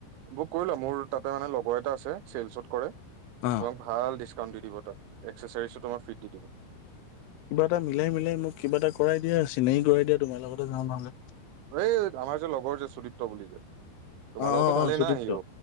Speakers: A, on the right (about 80°); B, on the left (about 80°).
A: বুক কৰি লোৱা মোৰ তাতে মানে লগৰ এটা আছে চিলচত কৰে তোমাক।
B: অ',
A: ভাল ডিছকাউণ্ট দি দিব তাত, এক্সেচাৰিজো তোমাৰ ফ্ৰীত দি দিব।
B: কিবা এটা মিলাই, মিলাই মোক কিবা এটা কৰাই দিয়া, চিনাকি কৰাই দিয়া তোমাৰ লগতে যাওঁ নহ'লে।
A: এই আমাৰ যে লগৰ যে সুদীপ্ত বুলি যে। তোমাৰ
B: অ',
A: লগতো
B: অ',
A: ভালেই
B: অ', সুদীপ্ত
A: না সিও।